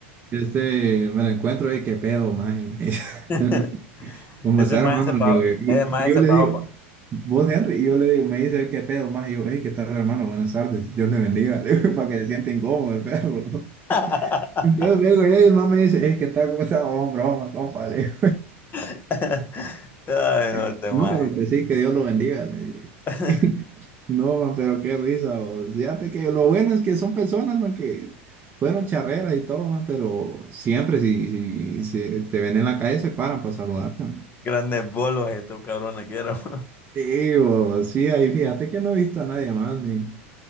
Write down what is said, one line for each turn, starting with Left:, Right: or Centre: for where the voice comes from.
Right: Este, me lo encuentro y qué pedo, más.
Left: <laughs>
Right: <laughs> ¿Cómo
Left: Ese
Right: está,
Left: maje
Right: hermano?
Left: se pagó.
Right: Le digo, yo. y,
Left: Ese maje
Right: y yo
Left: se
Right: le
Left: pagó.
Right: digo, vos, Henry, y yo le digo, me dice, ¿qué pedo más? Y yo, hey, ¿qué tal, hermano? Buenas tardes, Dios le bendiga, <laughs> le digo, para que se sienta incómodo el perro. <laughs>
Left: <laughs>
Right: Entonces vengo yo y el man me dice, hey, ¿qué tal? ¿Cómo está? Oh, broma, compa, le digo,
Left: <laughs> Ay, no
Right: <laughs>
Left: te
Right: no,
Left: majes.
Right: pero que sí, que Dios lo bendiga, le digo.
Left: <laughs>
Right: yo. <laughs> No, man, pero qué risa, vos. Fíjate que lo bueno es que son personas, man, que fueron charreras y todo, man, pero siempre si, si, si te ven en la calle se paran para saludarte, man.
Left: Grandes bolos estos cabrones que eran. <laughs>
Right: Sí, vos, sí, ahí fíjate que no he visto a nadie más, men.